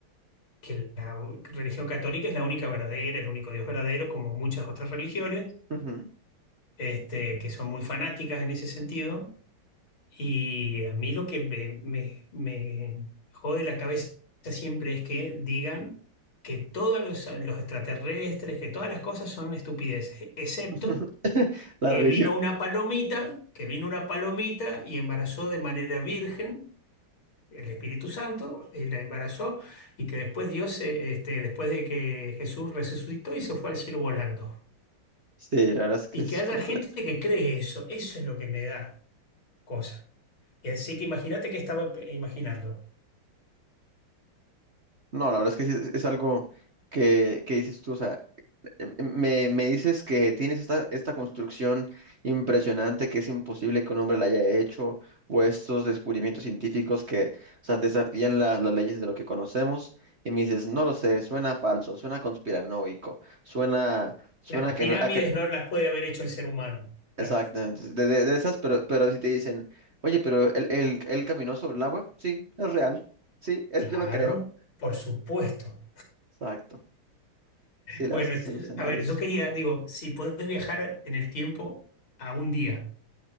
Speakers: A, on the left (about 70°); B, on the right (about 40°).
A: que la religión católica es la única verdadera, el único Dios verdadero, como muchas otras religiones,
B: Ujú.
A: este, que son muy fanáticas en ese sentido Y a mí lo que me, me- me jode la cabeza siempre es que digan que todos los, los extraterrestres, que todas las cosas son estupideces, excepto
B: <laughs> La
A: que
B: religión.
A: vino una palomita, que vino una palomita y embarazó de manera virgen el Espíritu Santo, y la embarazó, y que después Dios, se- este, después de que Jesús resucitó y se fue al cielo volando.
B: Sí, la verdad es que
A: Y
B: es
A: que haya
B: completa.
A: gente que cree eso, eso es lo que me da cosa. Y así que imagínate que estaba eh, imaginando.
B: No, la verdad es que sí, es es algo que, que dices tú, o sea, em- em, Me, me dices que tienes esta, esta construcción impresionante que es imposible que un hombre la haya hecho, o estos descubrimientos científicos que, o sea, desafían la- las leyes de lo que conocemos, y me dices, no lo sé, suena falso, suena conspiranoico, suena, suena
A: Las
B: que
A: pirámides
B: no, a que-
A: no las puede haber hecho el ser humano. Dale.
B: exactamente, de, de- de esas, pero, pero si te dicen, oye, pero él, él, él caminó sobre el agua, sí, es real, sí, es,
A: Claro,
B: yo lo creo,
A: por supuesto.
B: exacto, sí, la
A: Bueno,
B: verdad es que
A: este-
B: son escenarios,
A: a ver, yo quería, digo, si podés viajar en el tiempo a un día,